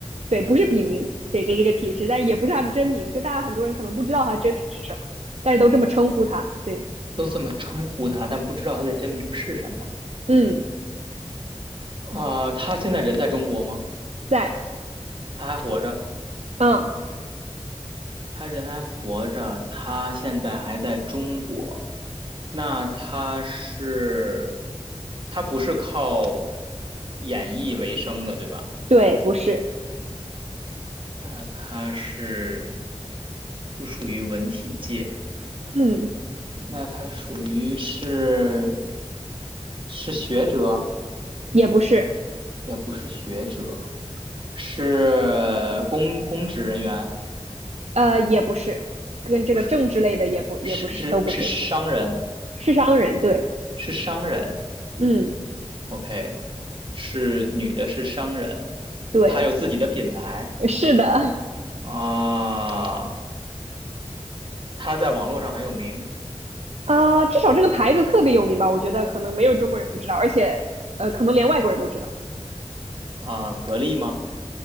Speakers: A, on the right; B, on the right.
A: 对，不是笔名，对，这这个提示，但也不是他的真名，就大家很多人可能不知道他真名是什么，但是都这么称呼他，对，
B: 都这么称呼他，但不知道他的真名是什么。
A: 嗯，
B: 啊，他现在人在中国吗？
A: 在，
B: 他还活着？
A: 嗯，
B: 他人还活着，他现在还在中国。那他是，他不是靠演艺为生的，对吧？
A: 对，不是，
B: 那他是不属于文体界，
A: 嗯，
B: 那他属于是是学者，
A: 也不是，
B: 也不是学者，是公公职人员，
A: 呃，也不是，跟这个政治类的也不也不是，
B: 也不是公，是是是商人，
A: 都不是。是商人，对，
B: 是商人。
A: 嗯，
B: OK，是女的，是商人，
A: 对，
B: 她有自己的品牌
A: 是的，
B: 啊，她在网络上很有名
A: 啊、至少这个牌子特别有名吧？我觉得可能没有中国人不知道，而且，呃，可能连外国人都知道，
B: 啊。格力吗？